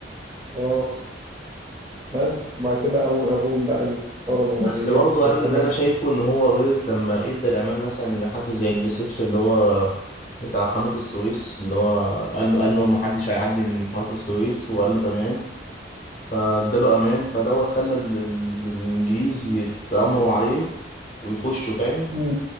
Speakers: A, on the right; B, on the left.
A: اه بس وبعد كده أو أول بقى الثورة العربية
B: بس برضو أنا
A: في سنة
B: اللي أنا شايفه إن هو غلط لما إدى الأمان مثلا لحد زي دريسبس اللي هو بتاع قناة السويس اللي هو قال له قال له محدش هيعدي من قناة السويس وقال له تمام فاداله امان فدوت خلى ال- ال- الانجليز يتآمروا عليه ويخشوا فاهم
A: مم.